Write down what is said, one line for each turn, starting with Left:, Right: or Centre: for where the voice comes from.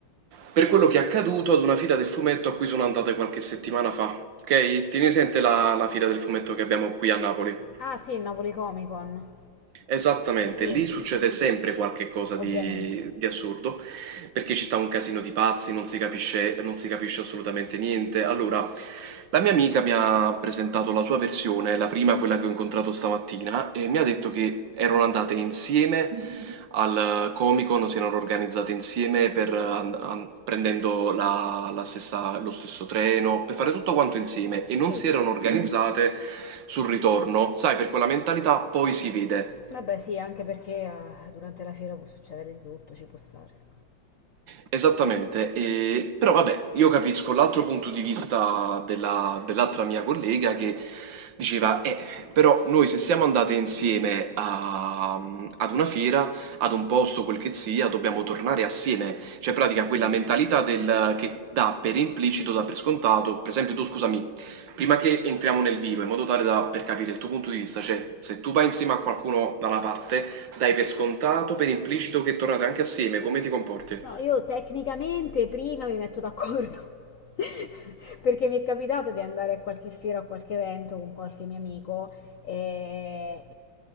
Right: per quello che è accaduto ad una fila del fumetto a cui sono andate qualche settimana fa. Ok? Tieni presente la la fila del fumetto che abbiamo qui a Napoli.
Left: Ah sì, il Napoli Comic Con.
Right: Esattamente,
Left: Sì,
Right: lì succede sempre qualche cosa
Left: ovviamente.
Right: di, di assurdo, perché ci sta un casino di pazzi, non si capisce, non si capisce assolutamente niente. Allora, la mia amica mi ha presentato la sua versione, la prima, quella che ho incontrato stamattina, e mi ha detto che erano andate insieme al Comic Con, si erano organizzate insieme per, eh, an- an- prendendo la- la stessa- lo stesso treno, per fare tutto quanto insieme e non
Left: Sì.
Right: si erano Mm. organizzate sul ritorno. Sai, per quella mentalità poi si vede.
Left: Vabbè sì, anche perché eh, durante la fiera può succedere di tutto, ci può stare.
Right: Esattamente, e- però vabbè, io capisco l'altro punto di vista della- dell'altra mia collega che diceva, eh, però noi se siamo andate insieme a- ad una fiera, ad un posto, quel che sia, dobbiamo tornare assieme. Cioè, in pratica, quella mentalità del, che dà per implicito, dà per scontato. Per esempio, tu scusami, prima che entriamo nel vivo, in modo tale da, per capire il tuo punto di vista, cioè, se tu vai insieme a qualcuno da una parte, dai per scontato, per implicito che tornate anche assieme, come ti comporti?
Left: No, io tecnicamente prima mi metto d'accordo, <laughs> perché mi è capitato di andare a qualche fiera o a qualche evento con qualche mio amico e